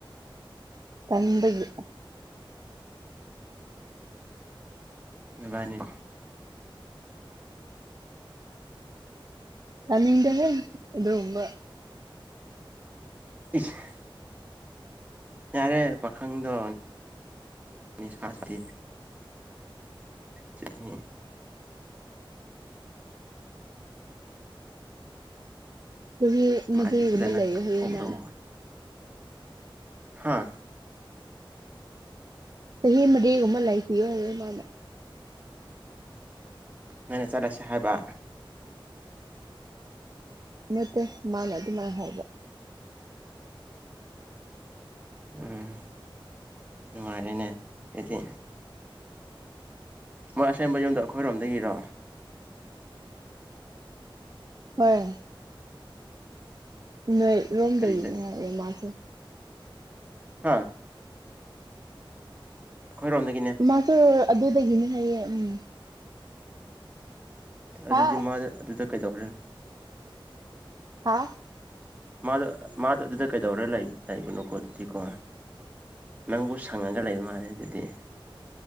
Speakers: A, on the right; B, on the right.
A: ꯇꯟꯕꯒꯤ
B: ꯅꯣꯏꯕꯥꯟꯅꯤ
A: ꯇꯥꯅꯤꯡꯗꯦꯍꯦ ꯑꯗꯨꯒꯨꯝꯕ
B: ꯏꯁ ꯌꯥꯔꯦ ꯄꯥꯈꯪꯗꯣ ꯅꯤ ꯁꯥꯁꯇꯤ ꯆꯍꯤ
A: ꯆꯍꯤ ꯃꯔꯤꯒꯨꯝꯕ
B: ꯃꯥꯗꯤ ꯐꯖꯅ
A: ꯂꯩꯒꯦ ꯍꯥꯏꯌꯦ
B: ꯐꯧꯗꯧ
A: ꯃꯥꯅ
B: ꯍꯥꯥ
A: ꯆꯍꯤ ꯃꯔꯤꯒꯨꯝꯕ ꯂꯩꯈꯤꯒꯦ ꯍꯥꯏꯌꯦ ꯃꯥꯅ
B: ꯅꯪꯅ ꯆꯠꯂꯁꯤ ꯍꯥꯏꯕ
A: ꯅꯠꯇꯦ ꯃꯥꯅ ꯑꯗꯨꯃꯥꯏ ꯍꯥꯏꯕ
B: ꯎꯝ ꯅꯨꯡꯉꯥꯏꯔꯦꯅꯦ ꯑꯗꯨꯗꯤ ꯃꯣꯏ ꯑꯁꯦꯡꯕ ꯌꯨꯝꯗꯣ ꯑꯩꯈꯣꯏꯔꯣꯝꯗꯒꯤꯔꯣ
A: ꯍꯣꯏ ꯅꯣꯏ ꯔꯣꯝꯗꯒꯤꯅꯦ
B: ꯀꯔꯤ
A: ꯍꯥꯏꯌꯦ ꯃꯥꯁꯨ
B: ꯍꯥꯥ ꯑꯩꯈꯣꯏꯔꯣꯝꯗ
A: ꯃꯥꯁꯨ ꯑꯗꯨꯗꯒꯤꯅꯤ ꯍꯥꯏꯌꯦ ꯎꯝ ꯍꯥ
B: ꯑꯗꯨꯗꯤ ꯃꯥꯗꯨ ꯑꯗꯨꯗ ꯀꯩꯗꯧꯔꯦ
A: ꯍꯥꯥ
B: ꯃꯥꯗꯣ ꯃꯥꯗꯗꯣ ꯑꯗꯨꯗ ꯀꯩꯗꯧꯔ ꯂꯩ ꯂꯩꯕꯅꯣꯀꯣ ꯑꯗꯨꯗꯤꯀꯣ ꯅꯪꯕꯨ ꯁꯪꯉꯒ ꯂꯩꯕ ꯃꯥꯜꯂꯦ ꯑꯗꯨꯗꯤ